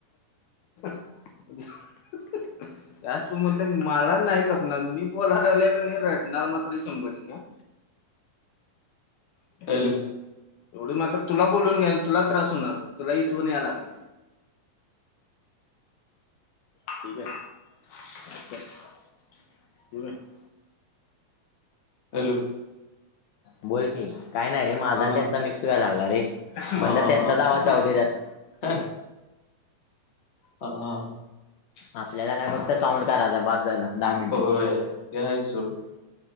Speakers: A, on the left; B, on the left.
A: <unintelligible> <unintelligible> जास्त म्हट मला नाही खपणार मी बोलायला लागलोय का नाय रडणार मात्र शंभर टक्के आं <inaudible>
B: हॅलो.
A: एवढे मात्र तुला बोलून घ्याल तुला त्रास हुणार तुला इथवून याय लागणा ठीकाय <unintelligible>
B: हॅलो.
A: बोल की काय नाय रे माझा
B: हा
A: आण त्यांचा मिक्स व्हाय लागला रे, म्हणलं
B: हा हा
A: त्यांचाच
B: हा
A: आवाज जाऊ दे त्यात
B: हा. हा हा.
A: आपल्याला काय फक्त काउंट करायचा बास झालं. <unintelligible> हम्
B: होय ते आहे सोड